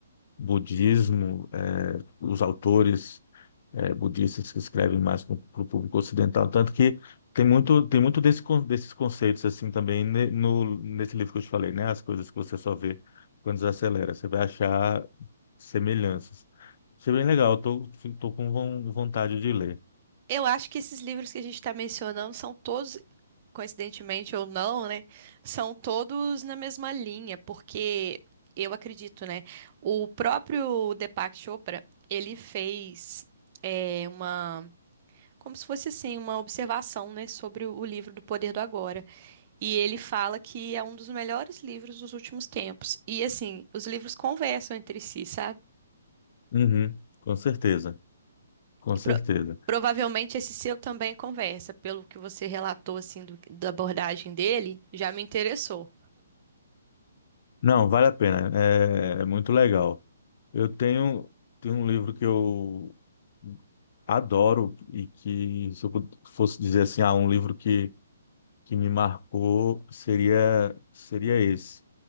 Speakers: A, on the left; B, on the right.
A: budismo, eh, os autores eh, budistas que escrevem mais para o público ocidental, tanto que tem muito tem muito desse, con- desses conceitos assim também ne- no nesse livro que eu te falei, né? As coisas que você só vê quando desacelera, você vai achar semelhanças. Isso é bem legal, eu tô, tô com von- vontade de ler.
B: Eu acho que esses livros que a gente está mencionando são todos coincidentemente ou não, né, são todos na mesma linha, porque eu acredito, né, o próprio Deepak Chopra, ele fez é, uma, como se fosse assim, uma observação, né, sobre o livro do Poder do Agora, e ele fala que é um dos melhores livros dos últimos tempos, e assim, os livros conversam entre si, sabe?
A: Uhum, com certeza, com
B: E
A: certeza.
B: pro- Provavelmente esse seu também conversa, pelo que você relatou assim do- da abordagem dele, já me interessou.
A: Não, vale a pena. É, é muito legal. Eu tenho, tenho um livro que eu adoro e que, se eu pud- fosse dizer assim, ah, um livro que, que me marcou, seria, seria esse.